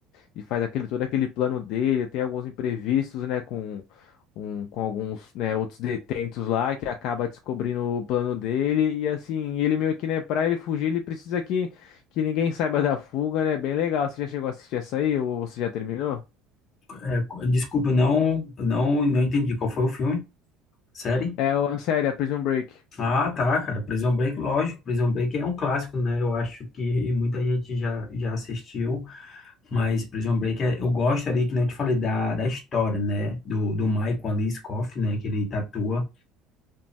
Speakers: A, on the left; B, on the left.
A: e faz aquele todo aquele plano dele, tem alguns imprevistos, né, com, com, com alguns, né, outros detentos lá que acaba descobrindo o plano dele e assim, ele meio que, né, para ele fugir, ele precisa que que ninguém saiba da fuga, né? Bem legal. Você já chegou a assistir essa aí ou você já terminou?
B: É, co- desculpa, eu não, eu não, não entendi qual foi o filme. Série?
A: É, o- a série, a Prison Break.
B: Ah, tá, cara. Prison Break, lógico. Prison Break é um clássico, né? Eu acho que muita gente já, já assistiu. Mas Prison Break, é- eu gosto ali, que nem eu te falei, da, da história, né? Do, do Michael ali, Scofield, né? Que ele tatua